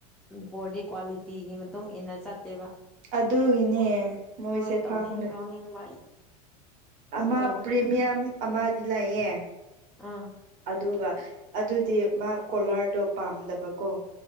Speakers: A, in the centre; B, on the right.
A: ꯕꯣꯔꯗꯤ ꯀ꯭ꯋꯥꯂꯤꯇꯤꯒꯤ ꯃꯇꯨꯡ ꯏꯟꯅ ꯆꯠꯇꯦꯕ
B: ꯑꯗꯨꯒꯤꯅꯦ
A: ꯃꯣꯏ
B: ꯃꯣꯏꯁꯦ
A: ꯃꯣꯏ ꯇꯧꯅꯤꯡ
B: ꯈꯪꯗꯦ
A: ꯇꯧꯅꯤꯡꯕ ꯑꯩꯗꯣ
B: ꯑꯃ
A: ꯇꯧꯋꯦ
B: ꯄ꯭ꯔꯤꯃꯤꯌꯝ ꯑꯃꯗꯤ ꯂꯩꯌꯦ
A: ꯑꯥ
B: ꯑꯗꯨꯒ ꯑꯗꯨꯗꯤ ꯃꯥ ꯀꯣꯂꯥꯔꯗꯣ ꯄꯥꯝꯗꯕꯀꯣ